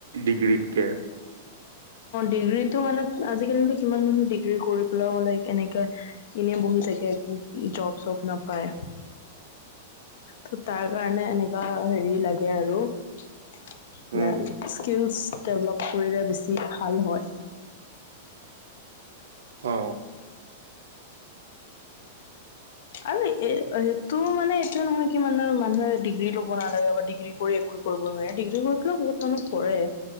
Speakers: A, on the right; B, on the left.
A: ডিগ্ৰীতকে
B: ডিগ্ৰীতটো মানে আজিকালিটো সিমান ডিগ্ৰী কৰি পেলাইও হলে এনেকে এনে বহি থাকে। জব চব নাপায়, ত তাৰ কাৰণে এনেকা হেৰি লাগে আৰু। <inaudible>
A: উম
B: না স্কিলচ ডেভলপ কৰিলে বেছ- ভাল হয়
A: অ
B: আৰু এ সেইটো মানে এইটো নহয় কি মানে মানুহে ডিগ্ৰী লব নালাগে বা ডিগ্ৰী কৰি একো কৰিব নোৱাৰে, ডিগ্ৰী কৰি পেলায়ও বহুত মানুহ কৰে।